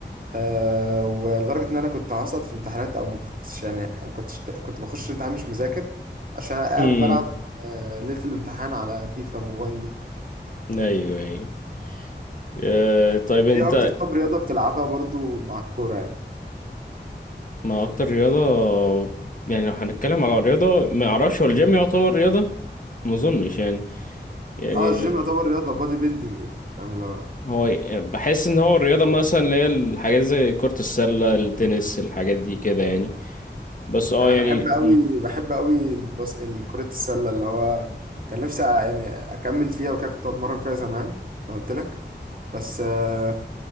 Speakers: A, on the right; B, on the left.
A: أه ولدرجة إن أنا كنت هسقط في امتحانات أو ما كنتش يعني ما كنتش كنت بخش امتحان مش مذاكر عشان قاعد
B: امم
A: بلعب آه، ليلة الامتحان على فيفا موبايل دي
B: ايوه ايوه آه، طيب انت
A: إيه أكتر طب رياضة بتلعبها برضو مع الكورة يعني
B: ما اكتر رياضة يعني لو هنتكلم على رياضة ما اعرفش هو الجيم يعتبر رياضة ما اظنش يعني يعني
A: اه الجيم يعتبر رياضه بادي بيلدينج يعني فاهم اللي هو
B: هو بحس ان هو الرياضة مثلا اللي هي الحاجات زي كرة السلة التنس الحاجات دي كده يعني بس اه
A: انا
B: يعني
A: بحب قوي بحب قوي البص... ال- كره السله اللي هو كان نفسي أ- يعني اكمل فيها وكده كنت بتمرن فيها زمان انا قلت لك بس آه،